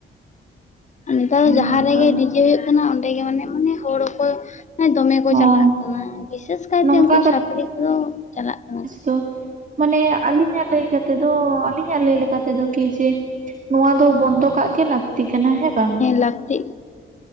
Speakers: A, on the left; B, on the right.
A: ᱱᱮᱛᱟᱨ ᱫᱚ
B: ᱚᱱᱮ
A: ᱡᱟᱦᱟᱸ
B: ᱚᱱᱠᱟ
A: ᱨᱮᱜᱮ ᱰᱤᱡᱮ ᱦᱩᱭᱩᱜ ᱠᱟᱱᱟ ᱚᱸᱰᱮᱜᱮ ᱢᱟᱱᱮ ᱢᱟᱱᱮ ᱦᱚᱲ ᱦᱚᱠᱚ ᱫᱚᱢᱮ ᱠᱚ
B: ᱦᱚᱸ
A: ᱪᱟᱞᱟᱜ ᱠᱟᱱᱟ ᱵᱤᱥᱮᱥ ᱠᱟᱭᱛᱮ
B: ᱱᱚᱝᱠᱟ
A: ᱩᱝᱠᱩ ᱪᱷᱟᱯᱨᱤ ᱠᱚᱫᱚ ᱪᱟᱞᱟᱜ ᱠᱟᱱᱟ ᱠᱚ᱾
B: ᱛᱚ ᱢᱟᱱᱮ ᱟᱹᱞᱤᱧᱟᱜ ᱞᱟᱹᱭ ᱞᱮᱠᱟ ᱛᱮ ᱫᱚ ᱟᱹᱞᱤᱧᱟᱜ ᱞᱟᱹᱭ ᱞᱮᱠᱟᱛᱮᱫᱚ ᱠᱤ ᱥᱮ ᱱᱚᱣᱟ ᱫᱚ ᱵᱚᱱᱫᱚ ᱠᱟᱜ ᱜᱮ ᱞᱟᱹᱠᱛᱤ ᱠᱟᱱᱟ ᱦᱮᱸ ᱵᱟᱝ᱾
A: ᱞᱟᱹᱠᱛᱤᱜ᱾